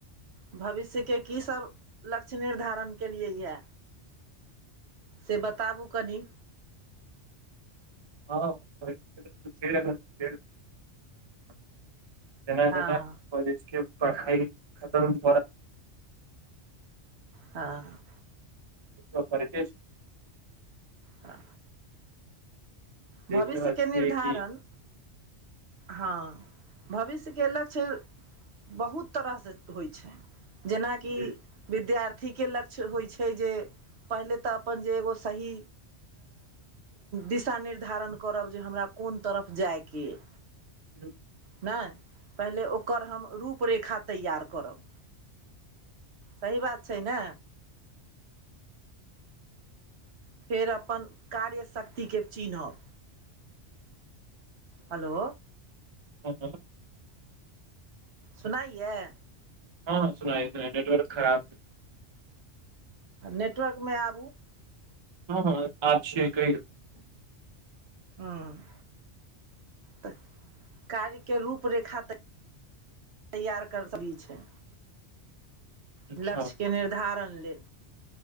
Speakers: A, on the right; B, on the right.
A: भविष्यके की सभ लक्ष्य निर्धारण केलियै यए से बताबू कनि
B: हँ <unintelligible> जेना
A: हँ
B: जेना कॉलेजके पढ़ाइ खतम भऽ रहले
A: हँ
B: कर छै
A: आ
B: देख
A: भविष्यके
B: रहल छियै
A: निर्धारण
B: कि
A: हँ भविष्यके लक्ष्य बहुत तरहसँ होइ छै जेनाकि
B: जी
A: विद्यार्थी के लग लक्ष्य होइ छै जे पहिले तऽ अपन जे एगो सही दिशा निर्धारण करब जे हमरा कोन तरफ जायके अइ
B: <inaudible>
A: नहि पहिले ओकर हम रूपरेखा तैयार करब सही बात छै ने फेर अपन कार्यशक्तिके चिन्हब हेलो
B: हँ हँ
A: सुनाइयए
B: हँ सुनाइ सु नेटवर्क खराब है
A: नेटवर्क मे आबू
B: हँ हँ आज छै कहि
A: ह्म तऽ कार्यके रूप रेखा तऽ तैयार कर सही छै
B: अच्छा
A: लक्ष्यके निर्धारण लेल